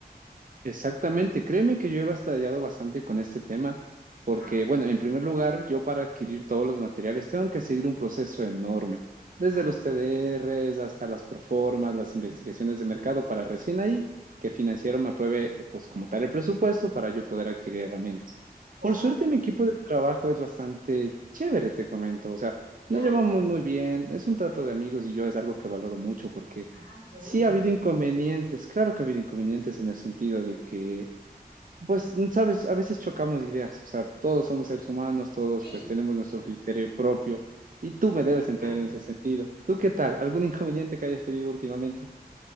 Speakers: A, on the right; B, on the right.
A: Exactamente, créeme que yo he batallado bastante con este tema, porque,
B: Ajá.
A: bueno, en primer lugar, yo para adquirir todos los materiales tengo que seguir un proceso enorme, desde
B: Ah,
A: los TDRs hasta las proformas, las investigaciones de mercado, para recién ahí que financiero me apruebe, eh, pues, como tal el presupuesto para yo poder adquirir herramientas.
B: oh,
A: Por suerte, mi equipo de trabajo es bastante chévere, te comento, o sea, nos
B: ya,
A: llevamos muy bien, es un trato de amigos y yo es algo que valoro mucho porque
B: ah, qué bueno.
A: Sí ha habido inconvenientes, claro que ha habido inconvenientes en el sentido de que, pues, sabes, a veces chocamos ideas, o sea, todos somos seres humanos, todos
B: Sí,
A: pues tenemos nuestro
B: sí,
A: criterio propio y tú me
B: es
A: debes
B: normal.
A: entender en ese sentido. ¿Tú qué tal? ¿Algún inconveniente que hayas tenido últimamente?